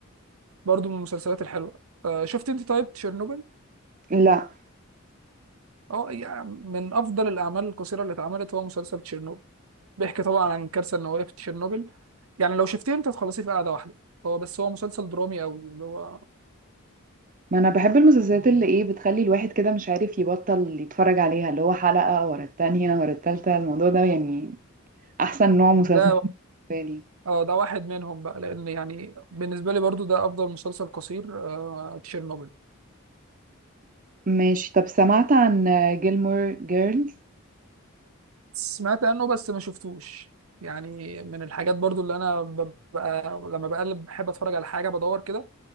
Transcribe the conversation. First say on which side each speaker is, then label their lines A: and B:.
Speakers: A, on the right; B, on the right.
A: برضو من المسلسلات الحلوة آه، شفت انت طيب تشيرنوبل
B: لا
A: اه يعني من افضل الاعمال القصيرة اللي اتعملت هو مسلسل تشيرنوبل بيحكي طبعا عن الكارثة النووية في تشيرنوبل يعني لو شفتيه انت هتخلصيه في قعدة واحدة هو بس هو مسلسل درامي قوي اللي هو
B: ما انا بحب المسلسلات اللي ايه بتخلي الواحد كده مش عارف يبطل يتفرج عليها اللي هو حلقة ورا التانية ورا التالتة الموضوع ده يعني احسن نوع مسلسل
A: ده
B: بالنسبة لي
A: اه ده واحد منهم بقى لان يعني بالنسبه لي برضو ده افضل مسلسل قصير آه تشيرنوبل
B: ماشي طب سمعت عن جيلمور جيرلز
A: سمعت عنه بس ما شفتوش يعني من الحاجات برضو اللي انا ببقى لما بقلب بحب اتفرج على حاجه بدور كده